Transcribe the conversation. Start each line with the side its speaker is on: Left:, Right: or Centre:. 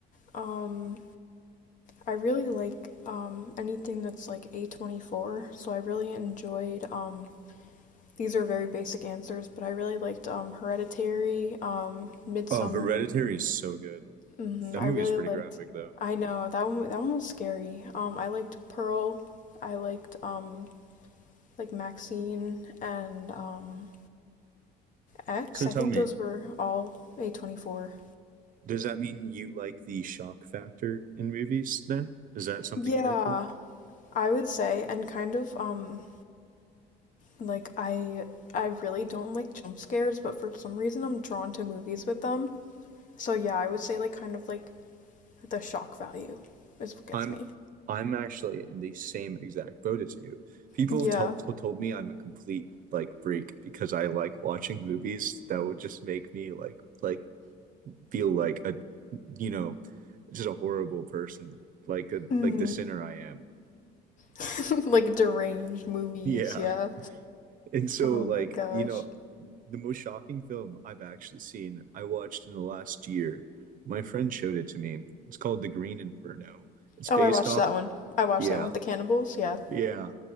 Left: Um, I really like um anything that's like A24, so I really enjoyed um These are very basic answers, but I really liked um, Hereditary, um, Midsummer.
Right: Oh, Hereditary is so good.
Left: hmm
Right: That
Left: I
Right: movie
Left: really
Right: is pretty
Left: liked.
Right: graphic though.
Left: I know that one. That one was scary. Um, I liked Pearl. I liked um, like Maxine and um, X.
Right: So tell
Left: I think
Right: me,
Left: those were all A24.
Right: does that mean you like the shock factor in movies then? Is that something
Left: Yeah,
Right: you look for?
Left: I would say, and kind of um, like I I really don't like jump scares, but for some reason I'm drawn to movies with them. So yeah, I would say like kind of like the shock value is what gets
Right: I'm
Left: me.
Right: I'm actually in the same exact boat as you. People
Left: Yeah.
Right: have told told me I'm a complete like freak because I like watching movies that will just make me like like feel like a you know just a horrible person like a
Left: Mm.
Right: like the sinner I am.
Left: <laughs> Like deranged movies,
Right: Yeah.
Left: yeah.
Right: And so,
Left: Oh
Right: like,
Left: my gosh.
Right: you know, the most shocking film I've actually seen, I watched in the last year. My friend showed it to me. It's called The Green Inferno. It's
Left: Oh,
Right: based
Left: I watched
Right: off,
Left: that one. I watched
Right: yeah,
Left: that one with the cannibals, yeah.
Right: yeah.